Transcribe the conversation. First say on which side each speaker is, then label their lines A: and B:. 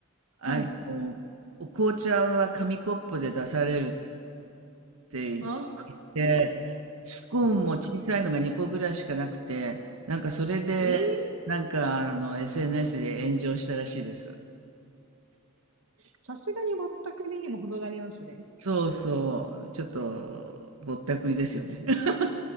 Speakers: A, on the right; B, on the right.
A: あの、
B: はい。
A: お紅茶は紙コップで出されるって
B: あ、
A: で、スコーンも小さいのが2個ぐらいしかなくて、なんかそれで、
B: <laughs> えー
A: なんかあの SNS で炎上したらしいです。
B: さすがにぼったくりにも程がありますね。
A: そうそう、ちょっとぼったくりですよね。<laughs>